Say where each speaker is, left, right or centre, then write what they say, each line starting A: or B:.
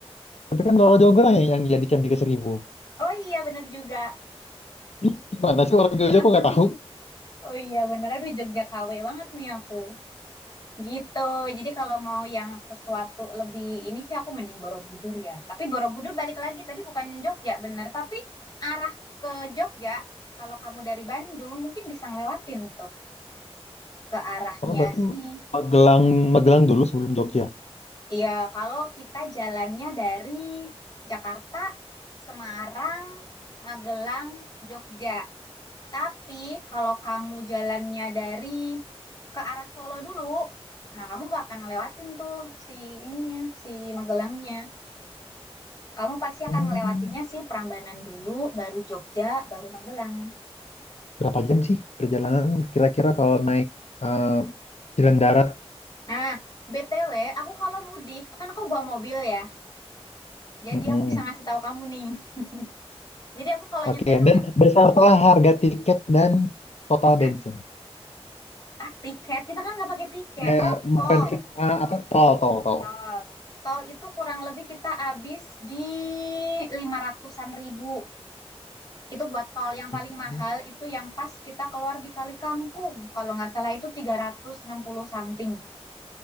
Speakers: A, on the left; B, on the left.
A: Tapi kan Loro Jonggrang yang, yang jadi candi ke seribu.
B: Oh iya bener juga.
A: Ih, gimana sih orang Jogja
B: <laughs>
A: kok nggak tahu?
B: Oh iya bener. Aduh Jogja KW banget nih aku. Gitu. Jadi kalau mau yang sesuatu lebih ini sih aku mending Borobudur ya. Tapi Borobudur balik lagi tadi bukan Jogja bener, tapi arah ke Jogja kalau kamu dari Bandung mungkin bisa ngelewatin tuh ke arahnya
A: Oh, berarti
B: sih.
A: Magelang, Magelang dulu sebelum Jogja.
B: Iya, kalau kita jalannya dari Jakarta, Semarang, Magelang, Jogja. Tapi kalau kamu jalannya dari ke arah Solo dulu, nah kamu nggak akan ngelewatin tuh si ininya, si Magelangnya. Kamu pasti
A: Hmm,
B: akan ngelewatinya si Prambanan dulu, baru Jogja, baru Magelang.
A: berapa jam sih perjalanan kira-kira kalau naik eh, jalan darat?
B: Nah, BTW, aku kalau mudik, kan aku bawa mobil ya. Jadi
A: Mm-mm.
B: aku bisa ngasih tahu kamu nih. <laughs> Jadi aku kalau nyetir
A: Oke,
B: mungkin,
A: Dan beserta harga tiket dan total
B: Hah?
A: bensin.
B: Ah, tiket. Kita kan nggak pakai tiket.
A: eh
B: Oh, tol.
A: bukan ah, apa tol tol tol.
B: Tol. Tol itu kurang lebih kita habis di lima ratusan ribu. Itu buat tol yang
A: Mhm.
B: paling mahal itu yang pas kita keluar di Kali Kangkung. Kalau nggak salah itu 360 something.